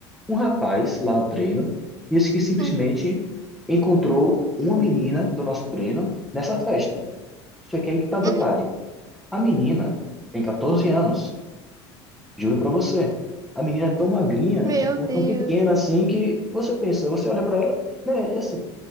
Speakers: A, in the centre; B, on the right (about 25°).
A: Um rapaz lá no treino disse que simplesmente
B: Uhum,
A: encontrou uma menina do nosso treino nessa festa. Isso aqui é que tá o detalhe.
B: uhum.
A: A menina tem 14 anos, juro pra você. A menina é tão magrinha, é
B: Meu
A: tipo,
B: Deus.
A: tão pequena assim que você pensa, você olha pra ela, né, é assim,